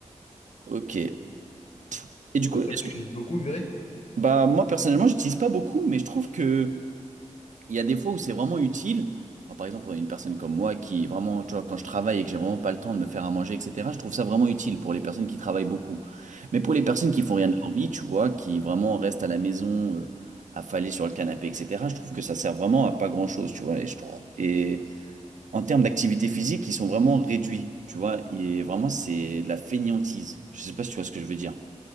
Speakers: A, on the right; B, on the left.
A: ok. Et du
B: Toi,
A: coup,
B: toi,
A: est-ce
B: tu
A: que...
B: utilises beaucoup Uber Eats?
A: Bah moi personnellement j'utilise pas beaucoup, mais je trouve que il y a des fois où c'est vraiment utile. Enfin, par exemple, pour une personne comme moi qui vraiment, tu vois, quand je travaille et que j'ai vraiment pas le temps de me faire à manger, etc., je trouve ça vraiment utile pour les personnes qui travaillent beaucoup. Mais pour les personnes qui font
B: Ouais,
A: rien de leur vie, tu vois, qui vraiment restent à la maison, euh, affalées sur le canapé, etc., je trouve que ça sert vraiment à pas grand-chose, tu vois. Et je trouve, et en termes d'activité physique, ils sont vraiment réduits, tu vois. Et vraiment, c'est de la fainéantise. Je sais pas si tu vois ce que je veux dire.